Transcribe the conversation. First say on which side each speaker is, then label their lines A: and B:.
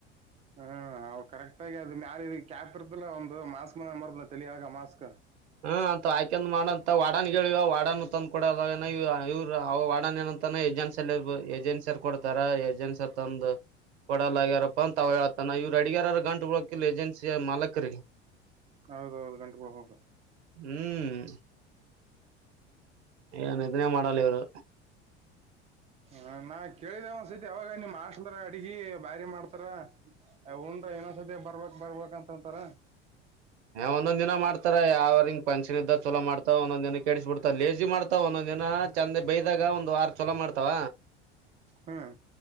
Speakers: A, on the right; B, on the right.
A: ಹ್ಮ ಅವ ಕರೆಕ್ಾಗಿ ಅದುಾರ ಕೇಪದ ಒಂದು ಮಾಸ್ಕನ ಅಮರ್ದೆಳಿಯಾಗ ಮಾಸ್ಕ
B: ಹ್ಮ ಅಂತ ಆಾಕಂದ ಮಾಡಂತ ವಾಡನ್ ಹೇಳಿವ ವಡನ್ ತಂದ್ ಕೊಡದ ಇವ್ ಅವ ವಾಡನ್ ಏನಂತ ಏಜೆನ್ಸಲ್ಲಿ ಏಜೆನ್ಸಿರ್ ಕೊಡ್ತಾರ ಏಜೆನ್ಸಿರ್ ತಂದು ಕೊಡಲ್ಲ ಆಗ್ಯಾರಪ್ಪ ಅಂತ ಅವ ಹೇಳ್ತಾನ ಇವರು ಅಡಗ್ಯಾರರ ಗಂಟುಗಳಕ ಇ ಏಜನ್ಸಿಯ ಮಾಲಕರಿಗೆ
A: ಹೌದೌದು ಗಂಟು ಬೆಳ ಹೋಗ
B: ಹ್ಮ್ ಏನ್ ಇದನ್ನೇ ಮಾಡಲ್ಲ ಇವ್ರು
A: ಹ ನಾ ಕೇಳಿದೆೇ ಒಂದ್ಸತಿ ಯಾವಾಗ ನಿಮಮ್ಮ್ ಆಶದ್ರ ಅಡ್ಗಿ ಬಾರಿ ಮಾಡ್ತಾರ ಉಂಡ್ರ ಏನೋ್ ಸದ್ಯ ಬರ್ಬೇಕಕ್ ಬರ್ಬೇಕ ಅಂತ ಅಂತರ
B: ಒಂದೊಂದ್ಿನ ಮಾಡ್ತಾರ ಯಾವ್ರಂಗ್ ಪಂನ್ಕ್ಷನ್ ಇದ್ದ ಚಲೋ ಮಾಡತಾವ ಒಂದೊಂದ ದಿನ ಕ ಕೆಡಸಿ ಬಿಡ್ತ ಲೇಜಿ ಮಾಡ್ತಾವ ಒಂದೊಂದ್ಿನ ಚಂದೆ ಬೈ್ದಾಗ ಒಂದು್ ಆರು ಚಛಲ ಮಾಡ್ತಾವ
A: ಹಾ